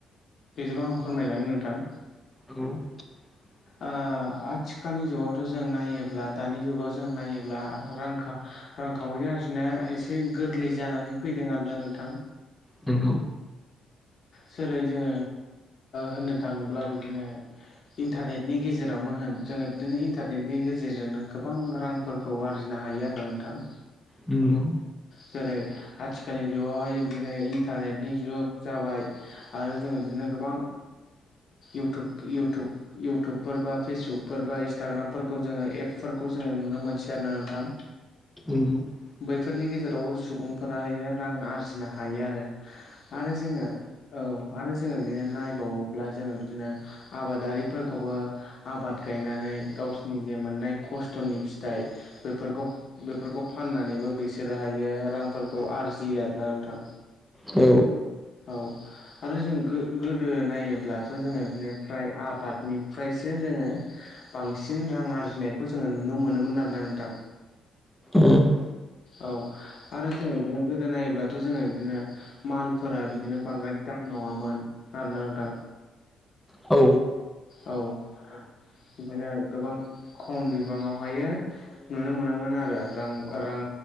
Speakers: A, on the left; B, in the centre.
A: बेजोंबो आं फोरमायलांगोन नोंथां।
B: <unintelligible>
A: आथिखालनि जुगावथ' जों नायोब्ला दानि जुगाव जों नायोब्ला रां खा खावरि आरजिनाय एसे गोरलै जानानै फैदों आरोना नोंथां।
B: नोंगौ।
A: जेरै जोङो होननो थाङोब्ला बिदिनो। इन्टारनेटनि गेजेरावनो होन जोङो बिदिनो इन्टारनेटनि गेजेरजोंनो गोबां रांफोरखौ आरजिनो हायो आरो। नोंथां
B: नोंगौ।
A: जेरै आथिखालनि जुगावहाय बिदिनो इन्टारनेटनि जुग जाबाय आरो जोङो बिदिनो गोबां। इउटुब इउटुब इउटुबफोर बा फेसबुकफोर बा इन्स्टाग्रामफोरखौ जोङो एपफोरखौ जोङो नुनो मोनसै आरोना नोंथां।
B: नामा
A: बैफोरनि गेजेराव सुबुंफोराहाय रां आरजिनो हायो आरो। आरो जोङो औ आरो जोङो बिदिनो नायबावोब्ला जोङो बिदिनो आबादारि फोर खौबो आबाद गायनानै गावसोरनि मोननाय खस्थ'नि फिथाइ बेफोरखौ बेफोरखौ फाननानैबो बिसोरो हायो रां फोरखौ आरजियो आरोना नोंथां
B: नोंथाङा
A: औ आरो जों गोदो नायोब्ला थ' जोङो बिदिनो फ्राय आबादनि फ्रायसो जोङो बांसिन रां आरजिनायखौ जोङो नुनो मोनोमोन आरोना नोंथां <inaudible>
B: उम
A: औ आरो जोङो बिदिनो गोदो नायोब्लाथ' जोङो बिदिनो मालफोरा बिदिनो बांद्राय दाम नङामोन आरोना नोंथां
B: औ
A: औ बिदिनो गोबां खम बिबाङावहायो नुनो मोनोमोन आरो रां-रां